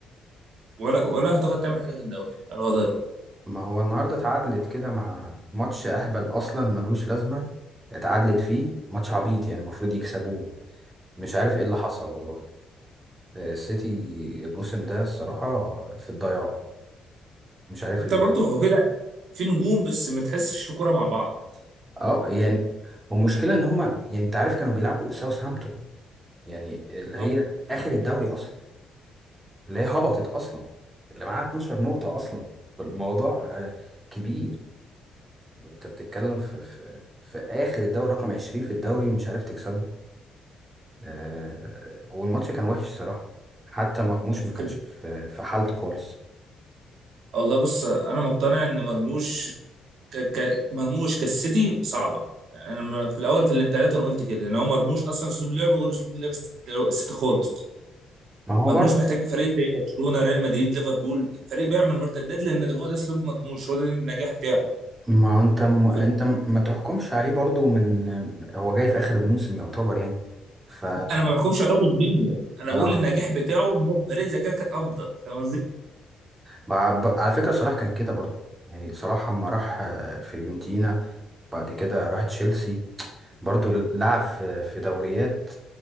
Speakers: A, on the right; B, on the right.
A: ولا ولا هتاخد تعمل حاجة في الدوري الوضع ده
B: ما هو النهارده اتعادلت كده مع ماتش اهبل اصلا ملهوش لازمه اتعادلت فيه ماتش عبيط يعني المفروض يكسبوه مش عارف ايه اللي حصل والله آه، السيتي الموسم ده الصراحه في الضياع مش عارف
A: انت
B: ليه
A: برضو هو كده في نجوم بس ما تحسش في كوره مع بعض
B: اه يعني والمشكله ان هم يعني انت عارف كانوا بيلعبوا ساوثهامبتون يعني اللي
A: اه
B: هي اخر الدوري اصلا اللي هي هبطت اصلا اللي معاها 12 نقطة اصلا فالموضوع آه، كبير يعني انت بتتكلم في في في اخر الدوري رقم 20 في الدوري ومش عارف تكسبه آه، والماتش كان وحش الصراحة حتى مرموش
A: الفكره
B: ما كانش في في حالته خالص
A: والله بص انا مقتنع ان مرموش ك... ك... مرموش كالسيتي صعبه يعني انا ما- في الاول في الانتقالات انا قلت كده ان هو مرموش اصلا اسلوب لعبه غير اسلوب لعب الست- السيتي خالص
B: ما هو
A: مرموش
B: برضه
A: محتاج فريق زي برشلونه ريال مدريد ليفربول فريق بيعمل مرتدات لان ده هو ده اسلوب مرموش هو ده النجاح بتاعه
B: ما هو انت م... انت
A: ف-
B: م- ما تحكمش عليه برضه من هو جاي في اخر الموسم يعتبر يعني ف
A: انا ما بحكمش عليه بظلمه انا
B: اه
A: بقول النجاح بتاعه ان هو فريق زي كده كان افضل فاهم قصدي؟
B: ب- ب- على فكرة صلاح كان كده برضه يعني صلاح اما راح آه، فيورنتينا بعد كده راح تشيلسي برضو لعب في في دوريات